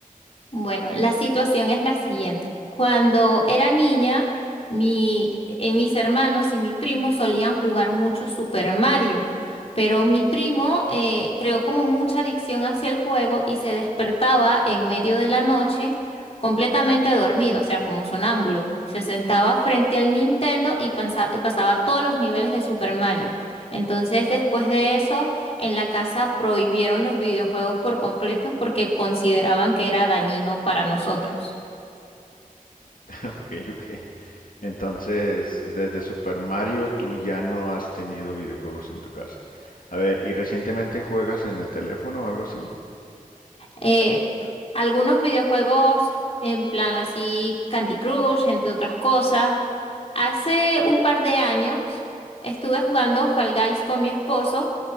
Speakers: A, on the left (about 45°); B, on the left (about 70°).
A: Bueno, la situación es la siguiente. Cuando era niña, mi, eh, mis hermanos y mi primo solían jugar mucho Super Mario, pero mi primo eh, creó como mucha adicción hacia el juego y se despertaba en medio de la noche completamente dormido, o sea, como sonámbulo. Se sentaba frente al Nintendo y pansa- pasaba todos los niveles de Super Mario. Entonces, después de eso... En la casa prohibieron los videojuegos por completo porque consideraban que era dañino para nosotros.
B: <laughs> Ok, ok. Entonces, desde Super Mario tú ya no has tenido videojuegos en tu casa. A ver, ¿y recientemente juegas en el teléfono o algo así?
A: eh, algunos videojuegos en plan así Candy Crush, entre otras cosas. Hace un par de años estuve jugando Fall Guys con mi esposo,